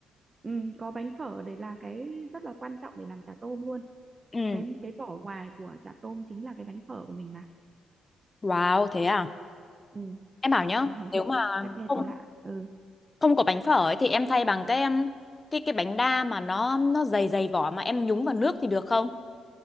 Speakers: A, on the right; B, on the left.
A: Ừ, có bánh phở đấy là cái rất là quan trọng để làm chả tôm luôn
B: Ừ,
A: cái cái vỏ ngoài của chả tôm chính là cái bánh phở của mình mà
B: wow, thế à?
A: ừ.
B: Em bảo nhá,
A: <laughs>
B: nếu mà
A: chắc nghe
B: không
A: thấy lạ ừ.
B: không có bánh phở ấy thì em thay bằng cái em cái cái bánh đa mà nó nó dày dày vỏ mà em nhúng vào nước thì được không?